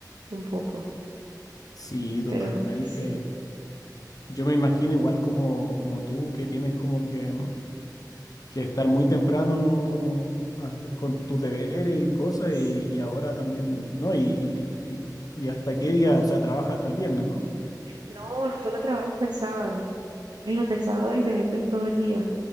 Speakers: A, on the right; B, on the left.
A: un poco,
B: Sí, totalmente.
A: pero, pero sí.
B: Yo me imagino igual como, como tú, que tienes como que, mm, que estar muy temprano como hace- con tus deberes y cosas,
A: Sí.
B: y, y ahora también, ¿no? Y, y, y, y hasta qué día, o sea, trabaja hasta el viernes, ¿no?
A: No, nos toca trabajar hasta el sábado. Imagínate, el sábado el evento es todo el día.